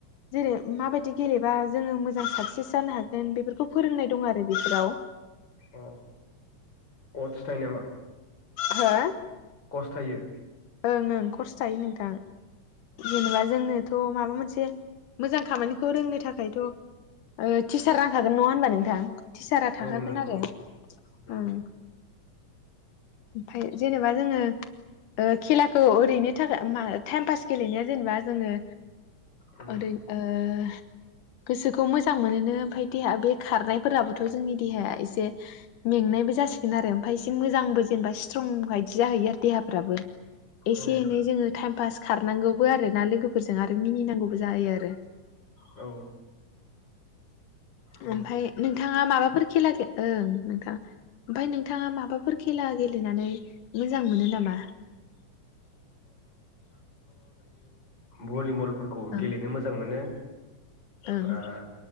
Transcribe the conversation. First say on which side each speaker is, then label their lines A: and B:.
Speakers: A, on the left; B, on the left.
A: जेरै माबायदि गेलेबा जोङो मोजां साक्सेस जानो हागोन बेफोरखौ फोरोंनाय दं आरो बिफोराव
B: अ अटस थाइयो नामा?
A: हो?
B: कस थायो?
A: ओं ओं खरस थायो नोंथां। जेनेबा जोंनोथ' माबा मोनसे मोजां खामानिखौ रोंनो थाखायथ' ओ टिचार नांखागोन नङा होनबा नोंथां। टिचारा थाखागोन
B: औ नंगौ
A: आरो
B: उम
A: ओं। ओमफाय जेनेबा जोङो ओ खेलाखौ ओरैनो थाख टाइम पास गेलेनाया जेनेबा जोङो।
B: उम
A: अदैद ओ <inaudible> गोसोखौ मोजां मोनोनो ओमफाय देहा बे खारनायफोराबोथ' जोंनि देहाया एसे मेंनायबो जासिगोन आरो ओमफाय एसे मोजांबोज जेनेबा स्ट्रं बायदि जाहैयो आरो देहाफ्राबो। एसे
B: औ
A: एनै जोङो टाइम पास खार नांगौबो आरो ना लोगोफोरजों आरो मिनिनांगौबो जायो आरो।
B: औ। नंगौ
A: ओमफ्राय नों नोंथाङा माबाफोर खेला ओं नोंथाङा ओमफफ्राय नोंथाङा माबाफोर खेला गेलेनानै मोजां मोनो नामा?
B: भलिबल। फोरखौ
A: ओं
B: गेलेनो मोजां मोनो। ओमफ्राय
A: ओं